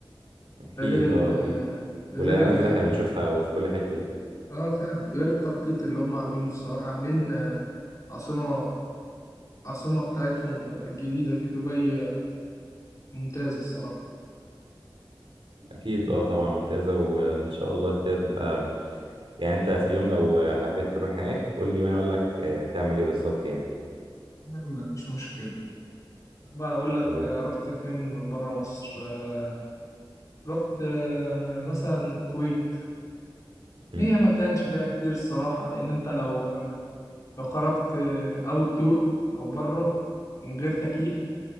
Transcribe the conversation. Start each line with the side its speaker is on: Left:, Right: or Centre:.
Right: اكيد
Left: غير ال
Right: اه اكيد
Left: غير
Right: والاعلانات
Left: ال
Right: اللي احنا بنشوفها وفي كل حتة دي
Left: اه فعلا غير التخطيط اللي هم عاملينه الصراحة عاملين آه، عاصمة عاصمة بتاعتهم جديدة دي دبي آه، ممتازة الصراحة
Right: اكيد اه طبعا ممتازة وان شاء الله كده تبقى يعني انت في يوم لو حبيت تروح هناك قول لي وانا اقول لك آه، تعمل ايه بالظبط يعني
Left: ما فيش مشكلة بقى أقول لك
Right: خلاص
Left: آه، رحت فين برا مصر آه، رحت آه، مثلا الكويت
Right: مم.
Left: هي ما كانش فيها كتير الصراحة لأن أنت لو آه، لو خرجت أوت دور أو برا من غير تكييف